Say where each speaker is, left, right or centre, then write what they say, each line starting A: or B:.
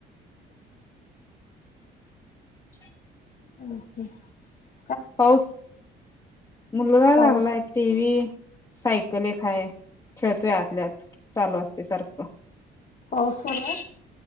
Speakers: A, on the left (about 20°); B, on the left (about 55°).
A: <inaudible>
B: अ ''हं''
A: पाऊस मुलगा लागलाय.
B: पाऊस
A: टीव्ही सायकल एक आहे. खेळतोय आतल्या आत. चालू असतंय सारखं
B: पाऊस सुरू आहे